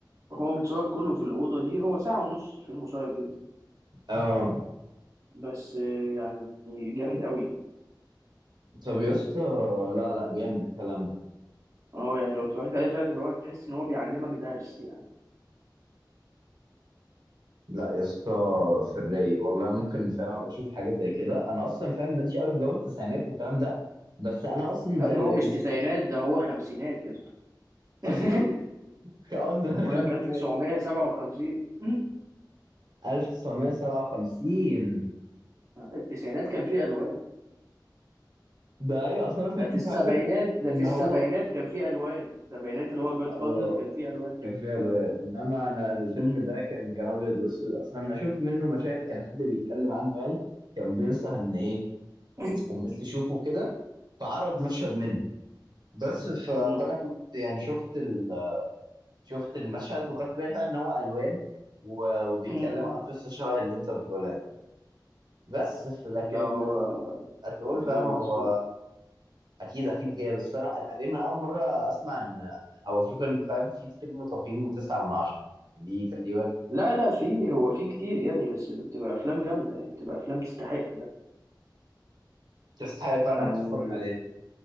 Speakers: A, on the right (about 40°); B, on the right (about 65°).
A: هو متصور كله في الأوضة دي هو ساعة ونص فيلم قصير جدا
B: اه
A: بس آه، يعني جامد قوي
B: طب يا اسطى لا لا جامد الكلام ده
A: اه يعني لو اتفرجت عليه فعلا هو تحس ان هو بيعلمك درس يعني
B: لا يا اسطى في الرايق والله ممكن فاهم ابقى اشوف حاجه زي كده انا اصلا فاهم ماليش قوي في جو التسعينات والكلام ده بس انا اصلا
A: لا
B: ده
A: ده
B: ال...
A: هو
B: ال...
A: مش تسعينات ده هو خمسينات يا اسطى <laughs>
B: اصلا <laughs> قصدي الخمسينات
A: بقول لك 1957 <laughs>
B: 1957
A: التسعينات كان فيه الوان
B: ده ايوه اصلا انا فاكر
A: ده في السبعينات
B: فعلا
A: ده
B: ان
A: في السبعينات
B: هو
A: كان فيه الوان السبعينات اللي هو جاد
B: اه
A: فازر كان فيه الوان
B: كان فيه الوان انما انا الفيلم
A: مم.
B: ده كان كان ابيض واسود اصلا انا شفت منه مشاهد كان حد بيتكلم عنه يعني كان بينصح ان ايه
A: <coughs>
B: الناس تشوفه كده فعرض مشهد منه بس ف... فانا
A: مم.
B: كنت يعني شفت ال... شفت المشهد وخدت بالي فعلا ان هو الوان و- وبيتكلم
A: مم.
B: على قصه شبه اللي انت بتقولها دي بس ف- لكن
A: لا هو
B: هتقول
A: جامد
B: فاهم هو
A: الصراحه
B: اكيد اكيد جاي بس انا تقريبا اول مره اسمع ان او اشوف ان فاهم في فيلم تقييمه 9 من 10 دي تقريبا
A: لا لا فيه هو فيه كتير يعني بس بتبقى افلام جامده يعني بتبقى افلام تستحق ده
B: تستحق
A: يعني
B: فعلا انك تتفرج عليه